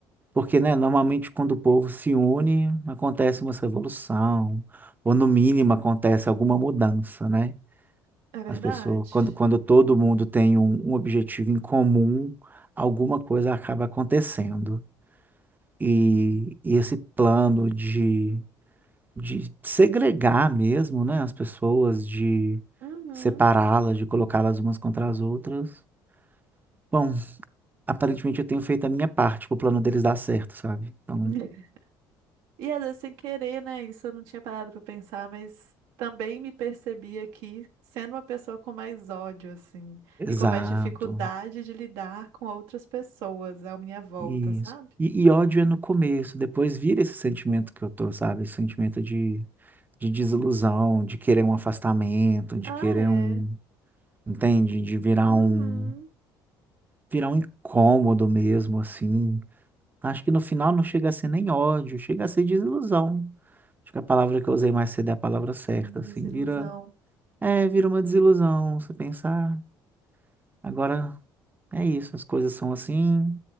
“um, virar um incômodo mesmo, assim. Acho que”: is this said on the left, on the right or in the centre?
Right